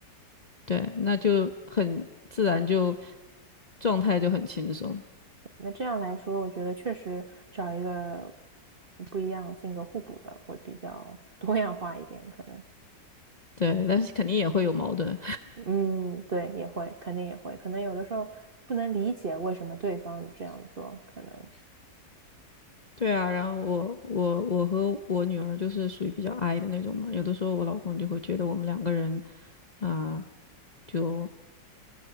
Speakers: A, on the left (about 40°); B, on the right (about 40°).
A: 对，那就很自然就，状态就很轻松。
B: <laughs> 那这样来说，我觉得确实找一个不一样性格互补的会比较多样化一点，可能。
A: 对，但是肯定也会有矛盾。
B: 嗯，对，也会，肯定也会，可能有的时候不能理解为什么对方这样做，可能。
A: 对啊，然后我我我和我女儿就是属于比较 i 的那种嘛，有的时候我老公就会觉得我们两个人啊、就